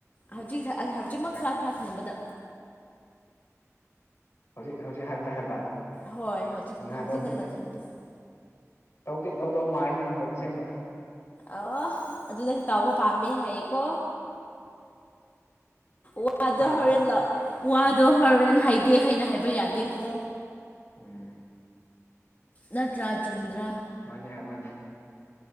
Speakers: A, on the left (about 35°); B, on the left (about 55°).
A: ꯍꯧꯖꯤꯛꯁꯥ ꯑꯥ ꯍꯧꯖꯤꯛꯃꯛ ꯈꯔ ꯈꯔ ꯈꯪꯕꯗ
B: ꯍꯧꯖꯤꯛ ꯍꯧꯖꯤꯛ ꯍꯥꯏꯕꯗ ꯍꯥꯏꯕ
A: ꯍꯣꯏ ꯍꯧꯖꯤꯛ
B: ꯅꯤꯡꯉꯥꯏ
A: ꯍꯧꯖꯤꯛ
B: ꯇꯧꯕꯗꯤ
A: ꯅꯪꯅ ꯈꯟꯕꯁꯦ
B: ꯇꯧꯗꯤ ꯇꯧꯗꯧ ꯃꯥꯂꯦ ꯅꯪ ꯍꯣꯏ ꯑꯁꯦꯡꯕ
A: ꯑꯣ ꯑꯗꯨ ꯅꯪ ꯇꯧꯕ ꯄꯥꯝꯃꯦ ꯍꯥꯏꯌꯦꯀꯣ ꯋꯥꯖ
B: ꯍꯥ
A: ꯍꯣꯔꯦꯟꯂꯣ ꯋꯥꯗꯣ ꯍꯣꯔꯦꯟ ꯍꯥꯏꯗꯦ ꯍꯥꯏꯅ ꯍꯥꯏꯕ ꯌꯥꯗꯦꯀꯣ
B: ꯎꯝ
A: ꯅꯠꯇ꯭ꯔꯥ ꯆꯨꯝꯗ꯭ꯔꯥ
B: ꯃꯥꯅꯦ ꯍꯥꯏ ꯃꯥꯅꯦ